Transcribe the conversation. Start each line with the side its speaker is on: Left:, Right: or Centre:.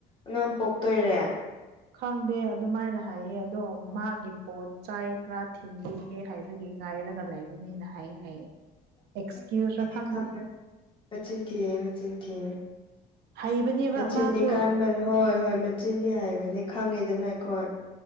Left: ꯑꯉꯥꯡ ꯄꯣꯛꯇꯣꯏꯔꯦ
Right: ꯈꯪꯗꯦ ꯑꯗꯨꯃꯥꯏꯅ ꯍꯥꯏꯌꯦ ꯑꯗꯣ ꯃꯥꯒꯤ ꯄꯣꯠ ꯆꯥꯏ ꯈꯔ ꯊꯤꯟꯈꯤ ꯍꯥꯏꯕꯒꯤ ꯉꯥꯏꯔꯒ ꯂꯩꯕꯅꯦꯅ ꯍꯥꯏꯌꯦ ꯍꯥꯏꯌꯦ
Left: <unintelligible>
Right: ꯑꯦꯛꯁꯀ꯭ꯌꯨꯁꯔ ꯈꯪꯗꯦ ꯍꯩꯕꯅꯦꯕ
Left: ꯃꯆꯤꯟꯗꯤ
Right: ꯃꯥꯁꯨ
Left: ꯀꯥꯟꯕꯅꯤ ꯍꯣꯏ ꯍꯣꯏ ꯃꯆꯤꯟꯗꯤ ꯍꯥꯏꯕꯅꯤ ꯈꯪꯉꯤꯗꯅ ꯑꯩꯈꯣꯏ